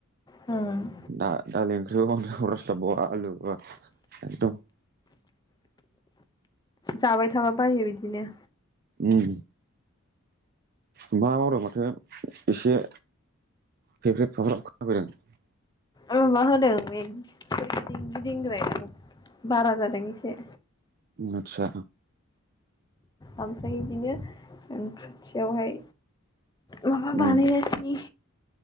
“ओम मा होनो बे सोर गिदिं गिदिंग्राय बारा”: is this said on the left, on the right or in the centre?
Left